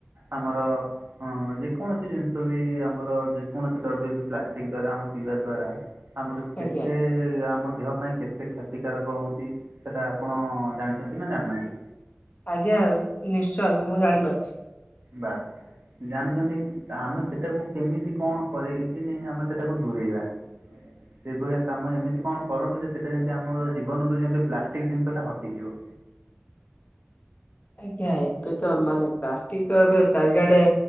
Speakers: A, on the right; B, on the left.
A: ଆମର ହଁ ଯେକୌଣସି ଜିନିଷ ବି ଆମର କୌଣସି ଦ୍ରବ୍ୟବି ପ୍ଲାଷ୍ଟିକ୍ ଦ୍ଵାରା ଆମ ପିଇବା ଦ୍ଵାରା ଆମର କେତେ
B: ଆଜ୍ଞା
A: ଆମ ଦେହ ପାଇଁ କେତେ କ୍ଷତିକାରକ ହଉଛି ସେଟା ଆପଣ ଜାଣିଛନ୍ତି ନା ଜାଣିନାହାନ୍ତି?
B: ଆଜ୍ଞା ନିଶ୍ଚୟ ମୁଁ ଜାଣିପାରୁଛିି।
A: ବାସ୍। ଜାଣିଛନ୍ତି ତ ଆମେ ସେଟାକୁ କେମିତି କଣ କରି କିିନି ଆମେ ସେଟାକୁ ଦୂରେଇବା। ସେଭଳିଆ କାମ ଏମିତି କଣ କରନ୍ତୁ ଯେ ସେଟା ଯେମିତି ଆମ ଜୀବନରୁ ଯେମତି ପ୍ଲାଷ୍ଟିକ୍ ଜିନିଷଟା ହଟିଯିବ।
B: ଆଜ୍ଞା ଏବେ ତ ମାନେ ପ୍ଲାଷ୍ଟିକ ତ ଏବେ ଚାରିଆଡେ